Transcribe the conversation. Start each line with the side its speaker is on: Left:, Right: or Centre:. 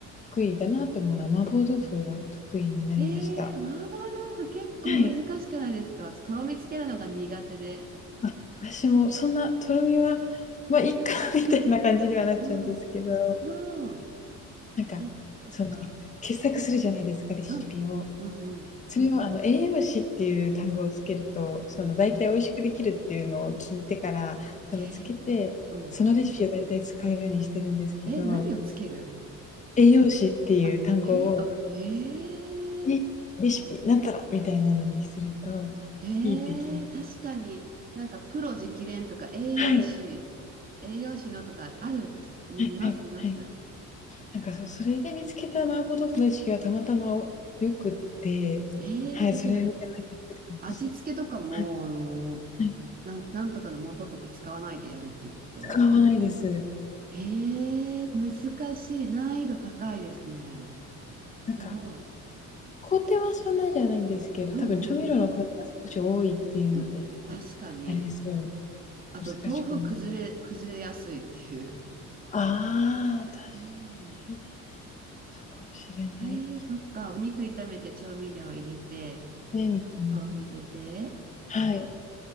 Left: 得意だなと思うのは麻婆豆腐が得意になりました。
Right: ええー、麻婆豆腐結構難しくないですか私とろみつけるのが苦手で。
Left: はい。あ、私もそんなとろみは、まあ、いっかみたいな感じにはなっちゃうんですけど、
Right: うん、うん。
Left: なんか、
Right: え、そっか。
Left: その、傑作するじゃないですか、レシピを。
Right: うん、うん、うん、
Left: それをあの、栄養士っていう単語をつけると、その大体美味しくできるっていうのを聞いてから、
Right: うん。
Left: そのつけて、
Right: えー、うん。
Left: そのレシピを大体使うようにしてるんですけど、
Right: え、何をつける
Left: 栄養士っていう単語を、
Right: あ、えー、あ、えー、
Left: え、レシピなんたらみたいなのにすると、
Right: えー、
Left: いいって聞き
Right: 確かになんかプロ直伝とか栄養士、
Left: はい、
Right: 栄養士のとかある、たすに見ます、
Left: はいはいはい。
Right: 見ます。
Left: なんかそう、それで見つけた麻婆豆腐の意識はたまたまお良くって、
Right: えー、
Left: はい、
Right: え、
Left: それで毎回作ってます。
Right: それ、味付けとかも、
Left: はい、
Right: あの、
Left: はい、
Right: なん、なんとかの素とか使わないでやるっていうこと
Left: 使わないです。
Right: ええ難しい。難易度高いですね。すごい。
Left: なんか、工程はそんなじゃないんですけど、
Right: うんうん。
Left: 多分調味料の数が少し多いっていうので、
Right: うん、確かに。
Left: あれですよね、
Right: あと、
Left: 難しく思い
Right: 豆腐崩れ、崩れやすいっていう。
Left: ああ、確か
Right: うん。
Left: に、そうかもしれない。
Right: ええそっか。お肉炒めて調味料入れて、
Left: ね、みたいな。
Right: 豆腐入れて、
Left: はい、